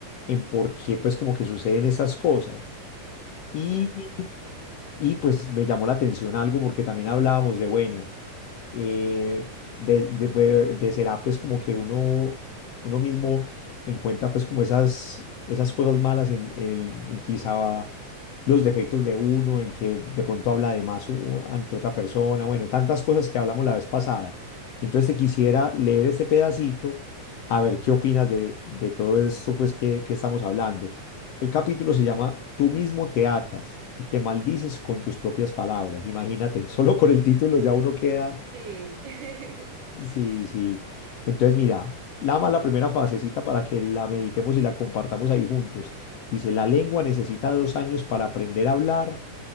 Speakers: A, on the left (about 65°); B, on the right (about 75°).
A: en por qué pues como que suceden esas cosas. Y,
B: Sí.
A: y pues me llamó la atención algo porque también hablábamos de bueno eh, de, de, de- de será pues como que uno, uno mismo encuentra pues como esas, esas cosas malas en, en, en quizá los defectos de uno, en que de pronto habla de más u- ante otra persona, bueno, tantas cosas que hablamos la vez pasada. Entonces te quisiera leer este pedacito a ver qué opinas de, de todo esto pues que, que estamos hablando. El capítulo se llama Tú mismo te atas. Y te maldices con tus propias palabras. Imagínate, <laughs> solo con el título ya uno queda
B: Sí. <laughs>
A: Sí, sí. Entonces, mira, la más la primera fasecita para que la meditemos y la compartamos ahí juntos. Dice, la lengua necesita dos años para aprender a hablar